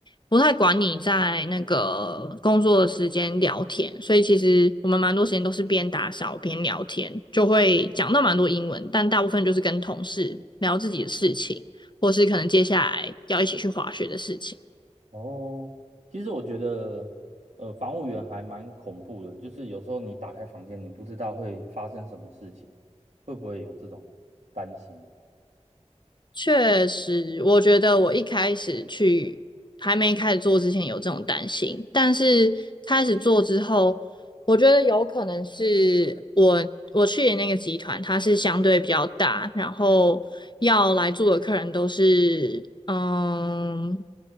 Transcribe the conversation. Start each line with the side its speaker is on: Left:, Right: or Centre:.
Left: 不太管你在那个工作的时间聊天，所以其实我们蛮多时间都是边打扫边聊天，就会讲到蛮多英文，但大部分就是跟同事聊自己的事情，或是可能接下来要一起去滑雪的事情。
Right: 哦，其实我觉得，呃，防务员还蛮恐怖的，就是有时候你打开房间，你不知道会发生什么事情，会不会有这种担心？
Left: 确实，我觉得我一开始去还没开始做之前有这种担心，但是开始做之后，我觉得有可能是我我去的那个集团，它是相对比较大，然后要来住的客人都是嗯